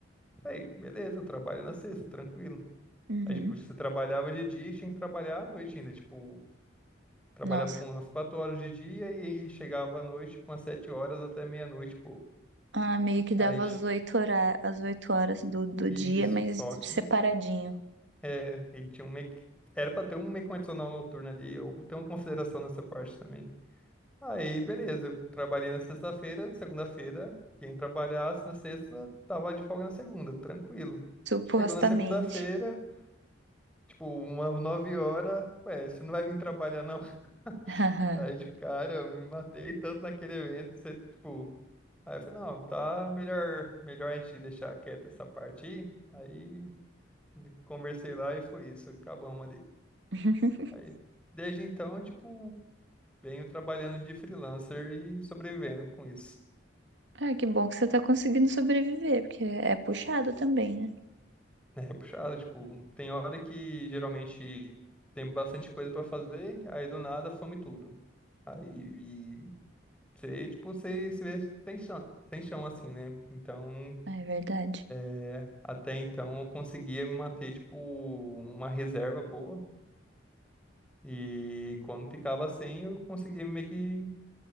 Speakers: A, in the centre; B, on the right (about 65°).
A: Falei, beleza, eu trabalho na sexta, tranquilo.
B: uhum.
A: Aí, tipo, você trabalhava de dia e tinha que trabalhar à noite ainda, tipo, trabalhava
B: Nossa.
A: algumas quatro horas de dia e aí chegava à noite, tipo, umas sete horas até meia-noite, e pouco.
B: Ah, meio que dava
A: Aí,
B: às oito horas, às oito horas do, do
A: isso,
B: dia, mas
A: só que,
B: separadinho,
A: é, aí tinha um meio que, era pra ter um meio que um adicional noturno ali, ou ter uma consideração nessa parte também. Aí, beleza. Eu trabalhei na sexta-feira, na segunda-feira, quem trabalhasse na sexta tava de folga na segunda, tranquilo.
B: supostamente.
A: Chegou na segunda-feira, tipo, umas nove horas, ué, você não vai vir trabalhar não?
B: Haha.
A: <laughs> Aí, tipo, cara, eu me matei tanto naquele evento, você, tipo, aí eu falei, não, tá melhor, melhor a gente deixar quieta essa parte aí. Aí conversei lá e foi isso, acabamos ali.
B: <laughs>
A: Aí, desde então, tipo, venho trabalhando de freelancer e sobrevivendo com isso.
B: Ah, que bom que você tá conseguindo sobreviver, porque é, é puxado também, né?
A: É puxado, tipo, tem hora que geralmente tem bastante coisa pra fazer, aí do nada some tudo. Aí e você, tipo, você se vê sem chão, sem chão assim, né? Então,
B: Ah, É verdade.
A: é, até então eu conseguia me manter, tipo, uma reserva boa. E quando ficava sem, eu conseguia meio que